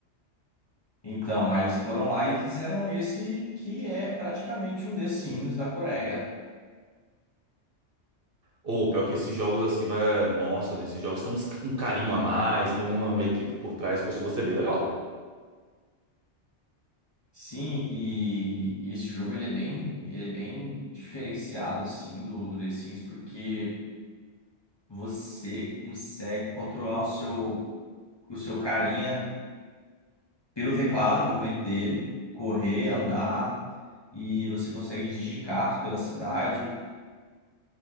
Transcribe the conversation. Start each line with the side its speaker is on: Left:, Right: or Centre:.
Left: Então, aí eles foram lá e fizeram esse que é praticamente um The Sims da Coreia.
Right: Ou pior que esses jogos assim, é... nossa, nesses jogos tem uns- um carinho a mais, tem uma, uma equipe por trás, costuma ser bem legal.
Left: Sim, e, e esse jogo ele é bem, ele é bem diferenciado assim do, do The Sims porque você consegue controlar o seu o seu carinha pelo teclado, o movimento dele, correr, andar, e você consegue dirigir carros pela cidade.